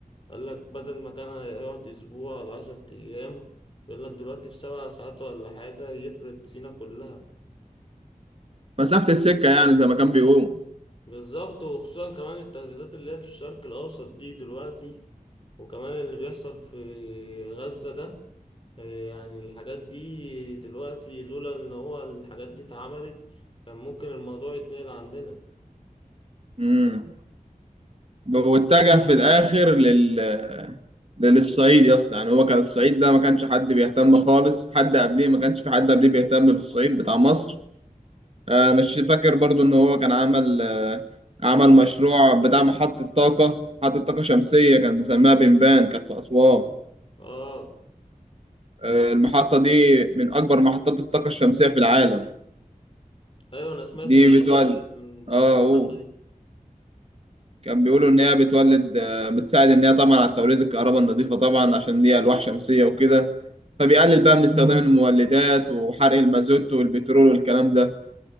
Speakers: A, on the left; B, on the right.
A: قال لك بدل ما كان هيقعد أسبوع ولا عشر أيام يقول لك دلوقتي في سبع ساعات ولا حاجة يفرد سينا كلها
B: مسافة السكة يعني زي ما كان بيقول
A: بالظبط وخصوصا كمان التهديدات اللي هي في الشرق الأوسط دي دلوقتي وكمان اللي بيحصل في غزة ده آه، يعني الحاجات دي دلوقتي لولا ان هو الحاجات دي اتعملت كان ممكن الموضوع يتنقل عندنا
B: مم. واتجه في الاخر لل للصعيد يا اسطى يعني هو كان الصعيد ده ما كانش حد بيهتم خالص حد قبليه ما كانش في حد قبليه بيهتم بالصعيد بتاع مصر آه، مش فاكر برضو ان هو كان عمل آه، عمل مشروع بتاع محطة طاقة محطة طاقة شمسية كان مسميها بنبان كانت في أسوان
A: اه
B: آه، المحطة دي من أكبر محطات الطاقة الشمسية في العالم
A: ايوه انا سمعت
B: دي بتولد
A: من
B: اه
A: عن المحطة
B: أوه.
A: دي
B: كان بيقولوا ان هي بتولد آه، بتساعد ان هي طبعا على توليد الكهرباء النظيفه طبعا عشان هي الواح شمسيه وكده فبيقلل بقى من استخدام المولدات وحرق المازوت والبترول والكلام ده